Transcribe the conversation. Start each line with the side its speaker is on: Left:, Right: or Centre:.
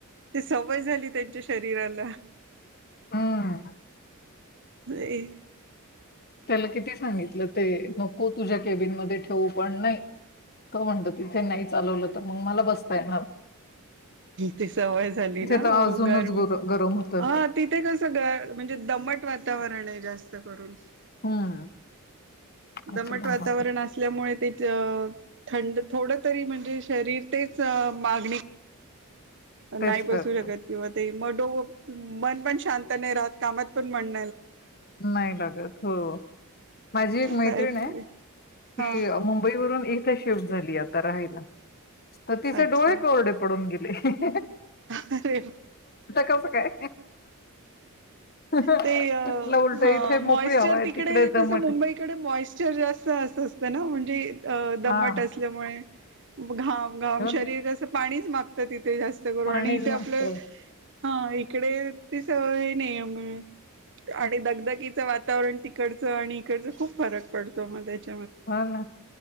Right: ते सवय झाली त्यांच्या शरीराला
Left: हम्.
Right: नाही.
Left: त्याला किती सांगितलं? ते को तुझ्या केबिन मध्ये ठेवू पण नाही त म्हणत तिथे नाही चालवलं तर मग मला बसता येणार नाही
Right: ती सवय झाली ना
Left: तर अजूनच
Right: गर
Left: गुर- गरम होतं
Right: हा तिथे कस म्हणजे दमट वातावरण आहे जास्त करून
Left: हम्म असं
Right: दमट
Left: पण
Right: वातावरण
Left: होतं.
Right: असल्यामुळे ते अ थंड थोडं तरी म्हणजे शरीर तेच मागणी नाही
Left: तेच
Right: बसू
Left: करतो
Right: शकत किंवा ते मगडो मन पण शांत नाही राहत कामात पण म्हण
Left: नाही लागत हो माझी एक मैत्रिण
Right: साहेब
Left: आहे
Right: हा
Left: ती मुंबईवरून एक शिफ्ट झाली आता राहायला तर तिचे
Right: अच्छा
Left: डोळे कोरडे पडून घेतले ह
Right: अरे
Left: कसं काय म्हटलं
Right: ते अ
Left: उलट इथे मोकळी
Right: मॉचर
Left: हवा आहे
Right: तिकडे
Left: दमट
Right: कस मुंबईकडे
Left: आहे.
Right: मॉचर जास्त अस असतं ना तेे अ दमट
Left: हा
Right: असल्यामुळे घा घाम
Left: हो ना,
Right: शरीर कसं पाणीच े जा आणि
Left: पाणीच
Right: इथे
Left: नसतं
Right: आपलं हा इकडे तिस हे नाही आहे आणि दगदकीचं वातावरण तिकडचं आणि इकडचं खूप फरक पडतो मग त्याच्या
Left: हा ना